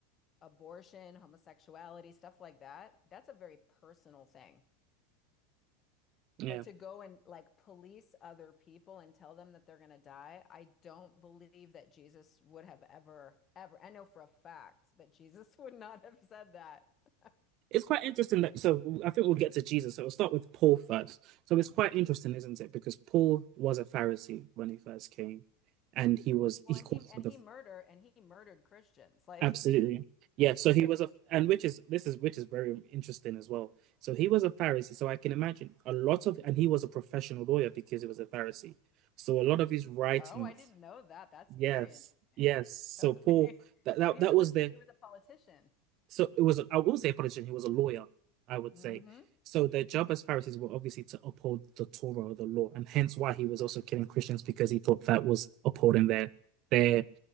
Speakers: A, on the left (about 35°); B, on the right (about 50°).
A: abortion, homosexuality, stuff like that, that's a very personal thing.
B: Yeah.
A: But to go and like police other people and tell them that they're going to die, I don't believe that Jesus would have ever, ever. I know for a fact that Jesus <laughs> would not have said that. <laughs>
B: It's quite interesting that. So I think we'll get to Jesus. So we'll start with Paul first. So it's quite interesting, isn't it? Because Paul was a Pharisee when he first came and he was
A: Well,
B: he
A: and
B: called
A: he and
B: himself
A: he
B: the
A: murder and he murdered Christians. Like
B: Absolutely.
A: <laughs>
B: Yeah, so he
A: Yes.
B: was a and which is this is which is very interesting as well. So he was a Pharisee, so I can imagine a lot of and he was a professional lawyer because he was a Pharisee. So a lot of his writings,
A: Oh, I didn't know that. That's
B: yes,
A: very interesting.
B: yes. So
A: Okay.
B: Paul
A: <laughs>
B: that that,
A: So he
B: that
A: was
B: was
A: a
B: the
A: he was a politician.
B: so it was I won't say a politician, he was a lawyer, I would
A: hmm
B: say. So their job
A: hmm
B: as Pharisees were obviously to uphold the Torah or the law, and hence why he was also killing Christians because he thought that was upholding their their